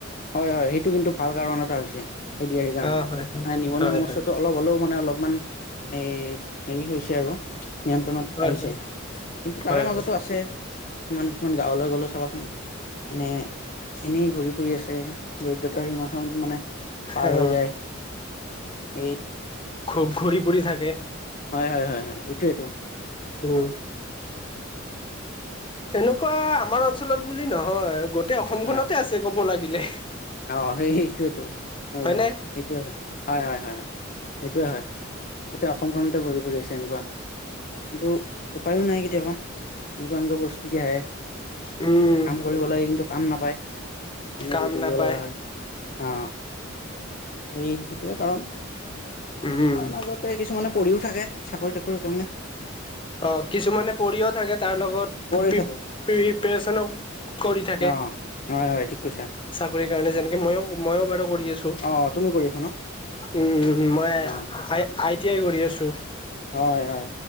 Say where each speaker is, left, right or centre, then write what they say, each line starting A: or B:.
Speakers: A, on the left; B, on the left.
A: হয় হয় সেইটো কিন্তু ভাল কাৰণ এটা হৈছে ত এ কাৰণে
B: অ হয় হয়
A: মানে নিমনা
B: হয়
A: সমস্যাটো
B: হয়
A: অলপ হলেও মানে অলপমান এই হেৰি হৈছে আৰু নিয়ন্ত্ৰণত
B: হয়
A: আহিছে
B: হয়
A: কিন্তু তাৰে
B: হয়
A: মাজতো
B: হয়
A: আছে কিছুমান কিছুমান গাঁৱলৈ গ'লে চাবাচোন মনেে এনেই ঘূৰি ফুৰি আছো তে দৰিদ্ৰতাৰ সীমাখন মানে পাৰ
B: অ
A: হৈ যায় এই
B: ঘুব ঘূৰি পৰিু থাকে
A: হয় হয় হয় হয় এইটোয়টো
B: উম এনেকুৱা আমাৰ অঞ্চলত বুলি ন হয় গ অসমখনতে
A: হয়
B: আছে ক'ব লাগিব <inaudible>
A: অ সেই সটোয়টো হয়
B: হয়নে
A: সেইটোৱে হয় হয় হয় হয় সেইটোয়ে হয় গোটেই অসমখন ভৰি পৰি আছে এনেকুৱা কিন্তু উপায়ো নাই কেতিয়াবা এনেকুৱা এনেকুৱা পৰিস্থিতি আহে
B: উম
A: কাম কৰিব লাগে কিন্তু কাম নাপায় এনে
B: কাম
A: ব থাকিব
B: নাপায়
A: লগা হয় অ এই সেইটোৱে কাৰণ
B: উম
A: তাৰে মাজতে কিছুমানে পঢ়িও থাকে চাকৰি তাকৰিৰ কাৰণে
B: অ কিছুমানে পঢ়িও থাকে তাৰ লগত
A: পঢ়ি
B: প্ৰিপৰেচন
A: থাকে
B: কৰি থাকে
A: অ হয় হয় ঠিক কৈছা
B: চাকৰি কাৰণে যেনেকে মইো মইো বাৰু কৰি আছো
A: অ তুমি কৰি আছা ন
B: উম মই
A: অ
B: আ আই টি আই কৰি আছো
A: হয় হয়